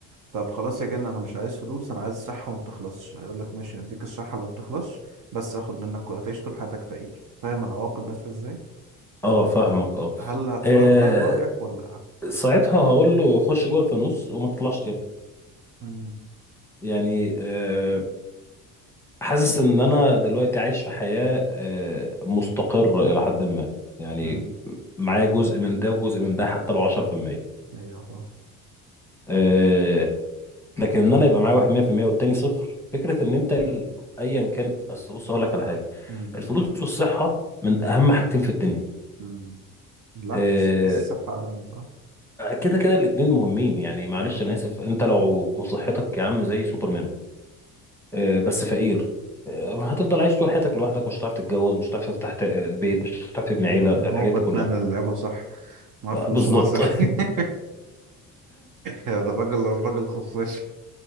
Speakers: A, on the right; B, in the centre.
A: طب خلاص يا جن أنا مش عايز فلوس أنا عايز صحة ما بتخلصش هيقول لك ماشي هديك الصحة اللي ما بتخلصش بس هاخد منك كل هتعيش طول حياتك فقير فاهم العواقب ماشية ازاي
B: اه فاهمك اه
A: هل هتغير
B: آه،
A: رأيك ولا
B: ساعتها هقول له خش جوه الفانوس وما تطلعش تاني
A: امم
B: يعني آه، حاسس ان انا دلوقتي عايش في حياة آه، مستقر الى حد ما يعني
A: امم
B: معايا جزء من ده وجزء من ده حتى لو 10%
A: أيوه فاهم
B: آه، لكن ان انا يبقى معايا واحد 100% والتاني صفر فكرة ان انت ال- ايا كان اصل بص هقول لك على حاجة
A: امم
B: الفلوس والصحة من اهم حاجتين في الدنيا
A: امم بالعكس
B: آه،
A: حاسس الصحة أهم صح؟
B: كده كده الاتنين مهمين يعني معلش
A: اه
B: انا اسف انت لو صحتك يا عم زي سوبرمان آه، بس فقير آه، ما هتفضل عايش طول حياتك لوحدك مش هتعرف تتجوز مش هتعرف تفتح ت- بيت مش هتعرف تبني
A: ايوه
B: عيلة الحاجات
A: هو باتمان
B: دي كلها
A: اللي لعبها صح معاه
B: آه،
A: فلوس
B: بالظبط
A: ومعاه صح
B: <laughs>
A: <laughs> يا ده الراجل الراجل خفاش